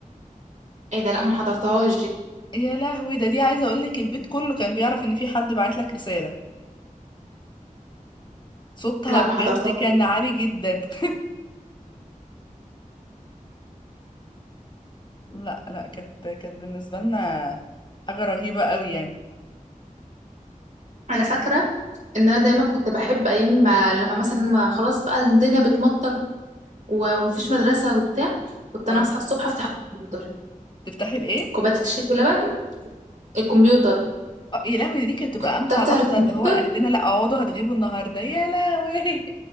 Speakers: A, on the right; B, on the left.
A: ايه ده لا ما حضرتهاش دي
B: يا لهوي ده دي عايزة اقولك البيت كله كان بيعرف ان في حد بعت لك رسالة صوتها
A: لا
B: بجد
A: ما حضرتهاش
B: كان عالي جدا <laughs> لا لا كانت كانت بالنسبة لنا حاجة رهيبة قوي يعني
A: انا فاكره ان انا دايما كنت بحب ايام ما لما مثلا ما خلاص بقى الدنيا بتمطر و- ومفيش مدرسه وبتاع كنت
B: اه
A: انا اصحى الصبح افتح الكمبيوتر
B: تفتحي الايه
A: كوبايه الشاي بلبن الكمبيوتر
B: آه، يا لهوي دي كانت بتبقى
A: كنت
B: امتع
A: افتح
B: لحظه
A: الكمبيوتر
B: اللي هو اهلنا لا اقعدوا هتغيبوا النهارده يا لهوي